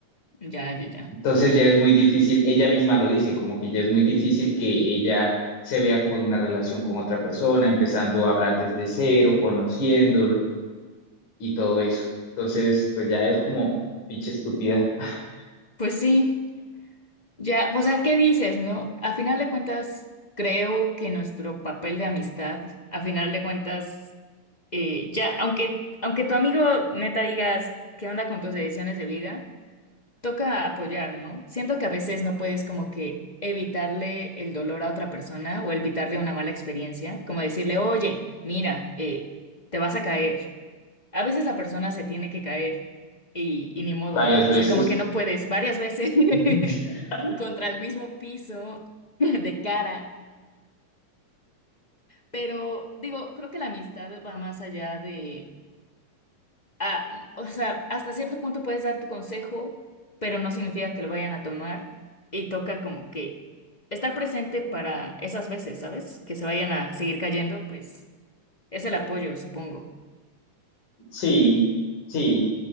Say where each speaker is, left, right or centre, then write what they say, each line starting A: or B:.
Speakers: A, on the left; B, on the left.
A: Ya, ya, ya.
B: Entonces ya es muy difícil, ella misma lo dice, como que ya es muy difícil que ella se vea como en una relación con otra persona, empezando a hablar desde cero, conociéndolo y todo eso. Entonces, pues ya es como pinche estúpida <laughs>
A: Pues sí. Ya, o sea, ¿qué dices, no? A final de cuentas, creo que nuestro papel de amistad, a final de cuentas, eh, ya, aunque, aunque tu amigo neta digas qué onda con tus decisiones de vida, toca apoyar, ¿no? Siento que a veces no puedes como que evitarle el dolor a otra persona o evitarle una mala experiencia, como decirle, oye, mira, eh, te vas a caer a veces la persona se tiene que caer y, y ni modo,
B: varias
A: ¿no? O
B: veces.
A: sea, como que no puedes varias veces <laughs>
B: <laughs>
A: contra el mismo piso <laughs> de cara. Pero digo, creo que la amistad va más allá de, ah, o sea, hasta cierto punto puedes dar tu consejo, pero no significa que lo vayan a tomar y toca como que estar presente para esas veces, ¿sabes? Que se vayan a seguir cayendo, pues es el apoyo, supongo.
B: Sí, sí.